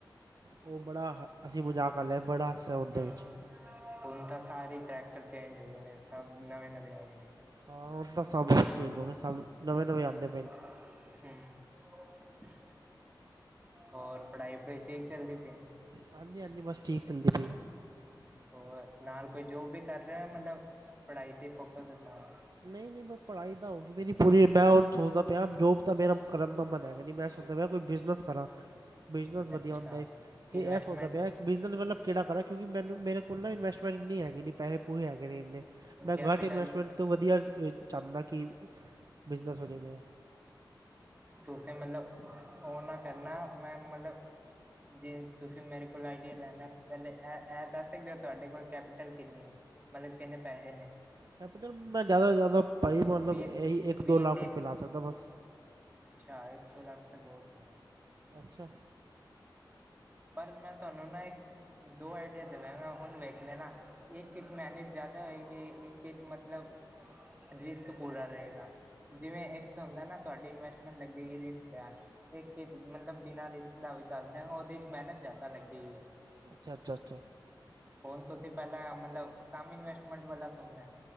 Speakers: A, on the right (about 55°); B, on the right (about 20°).
A: ਓ ਬੜਾ ਹੱਸੀ-ਮਜ਼ਾਕ ਆਲਾ ਬੜਾ ਹਾਸਾ ਉਂਹਦੇ
B: ਹਮ
A: ਵਿੱਚ।
B: ਹੁਣ ਤਾਂ ਸਾਰੇ ਕਰੈਕਟਰ ਚੇਂਜ ਹੋ ਗਏ ਨੇ ਸਭ ਨਵੇਂ-ਨਵੇਂ ਆਏ ਨੇ।
A: ਹਾਂ ਹੁਣ ਤਾਂ ਸਭ ਚੇਂਜ ਹੋਗੇ ਸਭ ਨਵੇਂ-ਨਵੇਂ ਆਂਦੇ।
B: ਹੂੰ। ਹੋਰ ਪੜ੍ਹਾਈ-ਪੜੁਈ ਠੀਕ ਚੱਲਦੀ ਪਈ ਏ?
A: ਹਾਂਜੀ-ਹਾਂਜੀ ਬਸ ਠੀਕ ਚੱਲਦੀ ਪਈ ਏ।
B: ਹੋਰ ਨਾਲ ਕੋਈ ਜੋਬ ਵੀ ਕਰ ਰਏ ਓ ਯਾ ਮਤਲਬ ਪੜ੍ਹਾਈ ਤੇ ਫੋਕਸ ਏ ਸਾਰਾ
A: ਨਈ-ਨਈ ਬਸ ਪੜ੍ਹਾਈ ਤਾਂ ਹੁਣ ਵੀ ਨੀ ਪੂਰੀ ਹੋਈ ਮੈ ਹੁਣ ਸੋਚਦਾ ਪਯਾ ਜੋਬ ਤਾਂ ਮੇਰਾ ਕਰਨ ਦਾ ਮਨ ਹੈਗਾ ਨੀ ਮੈਂ ਸੋਚ ਦਾ ਪਯਾ ਕੋਈ ਬਿਜ਼ਨਸ ਕਰਾਂ। ਬਿਜ਼ਨਸ ਵਧੀਆ
B: ਅੱਛਾ
A: ਹੁੰਦਾ ਏ ਤੇ
B: ਇਨਵੈਸਟਮੈਂਟ
A: ਐ ਸੋਚਦਾ ਪਯਾ ਬਿਜ਼ਨਸ ਮਤਲਬ ਕੇੜਾ ਕਰਾਂ ਕਿਉਂਕਿ ਮੈਨੂੰ ਮੇਰੇ ਕੋਲ ਨਾ ਇਨਵੈਸਟ ਇੰਨੀ ਹੈਗੀ ਨੀ ਪੈਹੇ-ਪੂਹੇ ਹੈਗੇ ਨੀ ਇਨੇ ਮੈਂ
B: ਕੈਪੀਟਲ
A: ਘੱਟ ਇਨਵੈਸਟਮੈਂਟ ਤੋਂ ਵਧੀਆ ਚਾੰਣਾ ਕਿ ਬਿਜ਼ਨਸ ਹੋਜੇ ਮੇਰਾ।
B: ਤੁਸੀ ਮਤਲਬ ਓ ਨਾ ਕਰਨਾ ਮੈਂ ਮਤਲਬ ਜੇ ਤੁਸੀਂ ਮੇਰੇ ਕੋਲ ਆਈਡੀਆ ਲੈਣਾ ਪੈਲੇ ਐ ਐ ਦੱਸ ਸਕਦੇ ਹੋ ਤੁਆਡੇ ਕੋਲ ਕੈਪੀਟਲ ਕਿੰਨੀ ਏ? ਮਤਲ ਕਿੰਨੇ ਪੈਹੇ ਨੇ?
A: ਕੈਪੀਟਲ ਮੈਂ ਜਾਦਾ ਤੋਂ ਜਾਦਾ ਭਾਈ ਮਤਲਬ
B: ਵੀਹ
A: ਐਹੀ ਇੱਕ-ਦੋ
B: ਵੀਹ
A: ਲਾੱਖ ਰੁਪਏ ਲਾ ਸਕਦਾ ਬਸ।
B: ਸ਼ਾਇਕ ਇਕ-ਕੋ ਲੱਖ ਤੇ ਬੋਤ ਨੇ।
A: ਅੱਛਾ।
B: ਪਰ ਮੈਂ ਤਾਨੂੰ ਨਾ ਇੱਕ ਦੋ ਆਈਡੀਆ ਦੇਵਾਂਗਾ ਹੁਣ ਵੇਖ ਲੈਣਾ ਇੱਕ ਚ ਮੈਨੇਤ ਜਾਦਾ ਹੋਏਗੀ ਇੱਕ ਚ ਮਤਲਬ ਰਿਸਕ ਪੂਰਾ ਰਏਗਾ ਜਿਵੇਂ ਇੱਕ ਤਾਂ ਹੁੰਦਾ ਨਾ ਤੁਆਡੀ ਇਨਵੈਸਟਮੈਂਟ ਲੱਗੇਗੀ ਰਿਸਕ ਐ ਇੱਕ ਮਤਲਬ ਬਿਨਾਂ ਰਿਸਕ ਦਾ ਵੀ ਦੱਸ ਦਿਆਂਗਾ ਓਦੇ ਚ ਮੈਨਤ ਜ਼ਿਆਦਾ ਲੱਗੇਗੀ।
A: ਅੱਛਾ-ਅੱਛਾ-ਅੱਛਾ।
B: ਹੁਣ ਤੁਸੀਂ ਪੈਲਾਂ ਮਤਲਬ ਕੰਮ ਇਨਵੈਸਟਮੈਂਟ ਵਾਲਾ ਸੁਣਨਾ